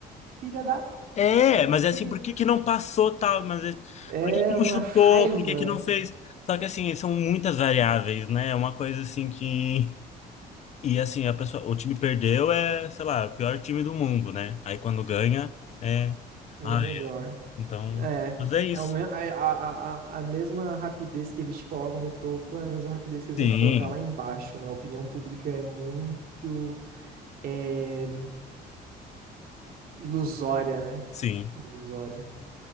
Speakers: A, on the right; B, on the left.
A: filha da,
B: É,
A: não sei o quê.
B: mas é assim, por que que não passou tal? Mas é-
A: É
B: por que que não
A: uma
B: chutou?
A: raiva,
B: Por que que não fez? Só que assim, são muitas variáveis, né? É uma coisa assim que. E assim, a pessoa, o time perdeu é, sei lá, o pior time do mundo, né? Aí quando ganha, é.
A: é
B: Ai,
A: o melhor.
B: então.
A: É,
B: Mas é isso.
A: é o me- a, a, a a mesma rapidez que eles te colocam no topo, é a mesma rapidez que eles
B: Sim,
A: vão te colocar lá embaixo, né? A opinião pública é muito é, ilusória, né?
B: sim.
A: Ilusória.